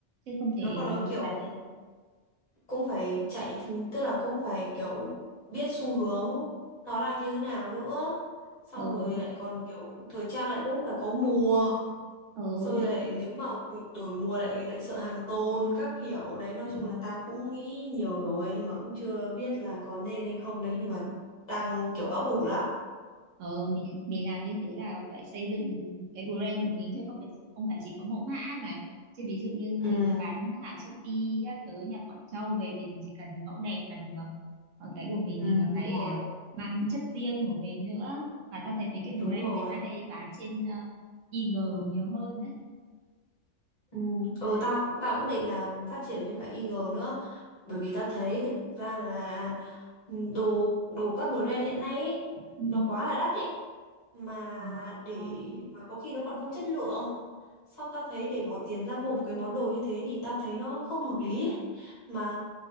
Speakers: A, on the right; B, on the left.
A: chứ không thể
B: Nó còn
A: ờ,
B: có kiểu
A: đặt
B: cũng phải chạy tức là cũng phải kiểu biết xu hướng nó đang như thế nào nữa xong
A: ừ,
B: rồi lại còn kiểu thời trang lại cũng phải có mùa
A: ừ,
B: rồi
A: thì
B: lại nếu mà đổi mùa lại lại sợ hàng tồn các kiểu đấy nói
A: Ừ.
B: chung là tao cũng nghĩ nhiều rồi nhưng mà cũng chưa biết là có nên hay không đấy nhưng mà đang kiểu ấp ủ lắm
A: Ờ, mình mình làm như thế là phải xây dựng cái brand của mình chứ không phải không phải chỉ có mẫu mã ấy mà chứ ví dụ như mình
B: ừ,
A: mà bán hàng Shopee các thứ nhập Quảng Châu về thì mình chỉ cần mẫu đẹp là được còn cái của mình
B: ừ
A: mình còn phải
B: đúng rồi
A: ờ, mang chất riêng của mình nữa và ta thấy mấy cái brand
B: đúng rồi
A: hiện nay hay bán trên ờ, IG nhiều hơn đấy
B: Ừ, ừ tao tao cũng định là phát triển bên cả Eagle nữa bởi vì tao thấy thực ra là ừ, đồ đồ các brand hiện nay ấy,
A: ừ.
B: nó quá là đắt ấy mà
A: Ờ,
B: để
A: ờ,
B: mà có khi nó còn không chất lượng xong tao thấy để bỏ tiền ra mua một cái món đồ như thế thì tao thấy nó không hợp lý ấy. mà